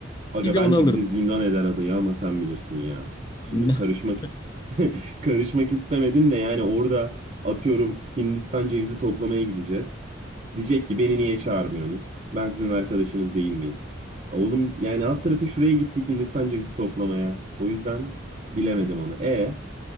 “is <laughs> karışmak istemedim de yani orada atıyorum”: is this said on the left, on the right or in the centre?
Right